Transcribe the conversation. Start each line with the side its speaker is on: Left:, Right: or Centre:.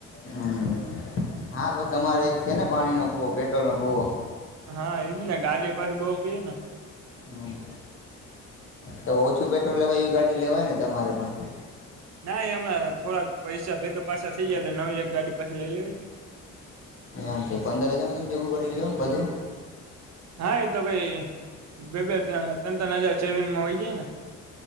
Left: હમ્મ હમ્મ, હા પણ તમારે એક છે ને પાણીનો કુવો પેટ્રોલ નો કુવો.
Right: હા, એજને ગાડી પાસે બઉ પીયના.
Left: હમ્મ, તો ઓછું પેટ્રોલ લેવાય એવી ગાડી લેવાયને તમારે પણ.
Right: ના અમે થોડાક પૈસા ભેગા પાછા થઈ જયા એટલે નવી એક ગાડી પાછી લઈ લેવા હતી.
Left: એમ છે પંદર હજારમાં તમે ભેગું કરી લયો બધું.
Right: હા, એતો ભઈ બે બે ત્રણ ત્રણ હજાર સેવિંગમાં હોય છેના.